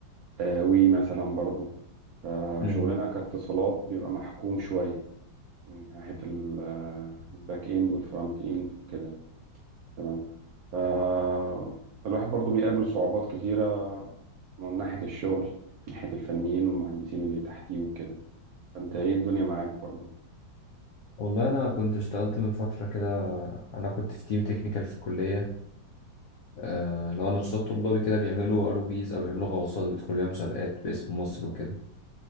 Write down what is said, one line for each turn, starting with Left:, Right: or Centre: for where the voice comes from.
Right: آه، وي مثلا برضو فشغلنا
Left: مم.
Right: كاتصالات بيبقى محكوم شوية من ناحية ال- آه، الباك إند والفرونت إند وكده تمام فالواحد برضو بيقابل صعوبات كتيرة من ناحية الشغل من ناحية الفنيين والمهندسين اللي تحتيه وكده فانت ايه الدنيا معاك برضو
Left: والله انا كنت اشتغلت من فترة كده انا كنت في تيم تكنيكال في الكلية آه، لو نشاط طلابي كده بيعملوا ار او فيز او بيعملوا غواصات بيدخلوا بيها مسابقات باسم مصر وكده